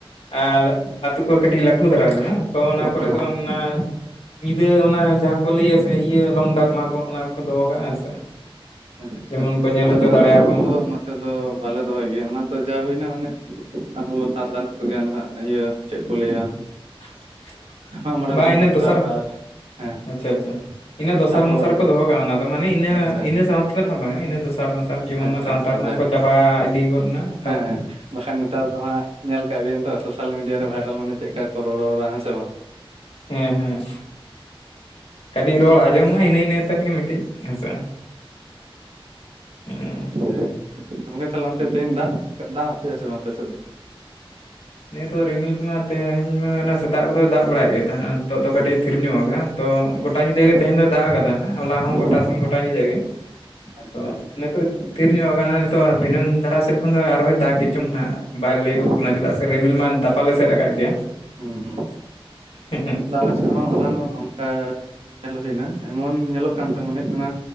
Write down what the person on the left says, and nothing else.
ᱟᱞ ᱟᱹᱛᱩ ᱠᱚ ᱠᱟᱹᱴᱤᱡ ᱞᱟᱹᱴᱩ ᱫᱷᱟᱨᱟ ᱜᱮᱭᱟ ᱛᱚ ᱚᱱᱟ ᱠᱚᱨᱮ
ᱫᱚ ᱚᱱᱟ ᱧᱤᱫᱟᱹ ᱚᱱᱟ ᱡᱟᱦᱟᱸ ᱠᱚ ᱞᱟᱹᱭᱟ ᱥᱮ ᱤᱭᱟᱹ ᱞᱚᱝ ᱰᱟᱨᱢᱟ ᱠᱚ ᱚᱱᱟ ᱠᱚᱠᱚ ᱫᱚᱦᱚ ᱠᱟᱜᱼᱟ, ᱦᱮᱸ ᱥᱮ᱾
ᱡᱮᱢᱚᱱ
ᱠᱚ ᱧᱮᱞ
ᱦᱚᱪᱚ
ᱫᱟᱲᱮᱭᱟᱠᱚ
ᱢᱟ
<inaudible>
ᱵᱟ
ᱤᱱᱟᱹ
ᱫᱚᱥᱟᱨ,
ᱟᱪᱪᱷᱟ ᱟᱪᱪᱷᱟ, ᱤᱱᱟᱹ ᱫᱚᱥᱟᱨ
ᱢᱚᱥᱟᱨ ᱠᱚ ᱫᱚᱦᱚ ᱠᱟᱜᱼᱟ ᱚᱱᱟ ᱫᱚ ᱢᱟᱱᱮ ᱤᱱᱟᱹ
ᱤᱱᱟᱹ ᱥᱟᱶᱛᱮᱫᱚ ᱱᱟᱦᱟᱜ ᱵᱟᱝᱟ ᱤᱱᱟᱹ ᱫᱚᱥᱟᱨ ᱢᱥᱟᱨ ᱡᱮᱢᱚᱱ
ᱚᱱᱟ ᱥᱟᱶᱛᱟ
ᱨᱮᱱᱟᱝ
ᱠᱚ ᱪᱟᱵᱟ ᱤᱫᱤ ᱜᱚᱫᱱᱟ,
ᱦᱮᱸ ᱦᱮᱸ, ᱠᱟᱹᱴᱤᱡ ᱨᱚᱲ ᱟᱸᱡᱚᱢᱚᱜ-ᱟ ᱤᱱᱟᱹ ᱤᱱᱟᱹ ᱛᱮᱫ᱾ ᱜᱮ ᱢᱤᱫᱴᱤᱡ ᱦᱮᱸ-ᱥᱮ᱾ <inaudible>
ᱱᱮᱜ-ᱮ ᱛᱳᱜ ᱨᱤᱢᱤᱞ ᱠᱚᱢᱟ ᱛᱮᱦᱮᱧ ᱢᱟ ᱦᱮᱱᱟ ᱥᱮᱛᱟᱜ ᱠᱚᱫᱚᱭ ᱫᱟᱜ ᱵᱟᱲᱟᱭᱮᱫ ᱜᱮ ᱛᱟᱦᱮᱱ ᱱᱤᱛᱚᱜ ᱫᱚ
ᱠᱟᱹᱴᱤᱡ ᱛᱷᱤᱨ ᱧᱚᱜ ᱠᱟᱜ-ᱟ᱾ ᱛᱚ ᱜᱚᱴᱟ
ᱧᱤᱫᱟᱹ ᱜᱮ ᱛᱮᱦᱮᱧ ᱫᱚᱭ ᱫᱟᱜ ᱟᱠᱟᱫᱟ ᱱᱟᱸᱜ ᱦᱚᱞᱟ ᱦᱚᱸ ᱜᱚᱴᱟ
ᱥᱤᱧ ᱜᱚᱴᱟ
ᱧᱤᱫᱟᱹ ᱜᱮ᱾
ᱛᱚ
ᱱᱤᱛᱚᱜ ᱛᱷᱤᱨ ᱧᱚᱜ ᱟᱠᱟᱱᱟ ᱱᱤᱛᱚᱜ ᱫᱷᱤᱱᱟᱹᱝ ᱫᱷᱟᱨᱟ ᱥᱮᱫ ᱠᱷᱚᱱ ᱫᱚ ᱟᱨ ᱦᱚᱭ ᱫᱟᱜ ᱜᱮᱪᱚᱝ ᱱᱟᱜ, ᱵᱟᱭ ᱞᱟᱹᱭᱚᱜ
ᱠᱟᱱᱟ ᱪᱮᱫᱟᱜ ᱥᱮ ᱨᱤᱢᱤᱞ ᱢᱟᱭ ᱫᱟᱯᱟᱞ ᱮᱥᱮᱫ ᱟᱠᱟᱫ ᱜᱮᱭᱟ᱾
ᱦᱩᱸ᱾